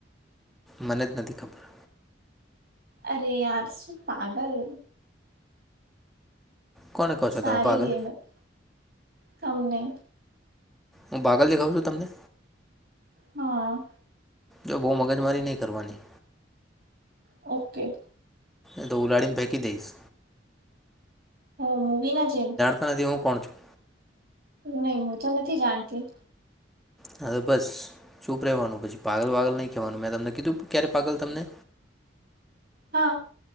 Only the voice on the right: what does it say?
અરે યાર શું પાગલ
સારી
ગેમ હતી તમ ને
હા.
ઓકે.
હું મુવી ના જેમ
નહી હું તો નથી જાણતી.
હા.